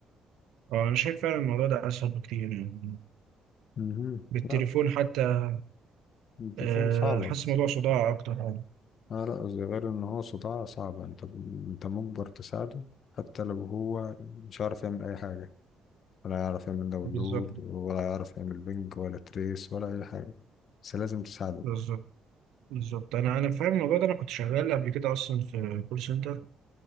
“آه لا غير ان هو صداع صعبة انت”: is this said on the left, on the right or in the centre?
Left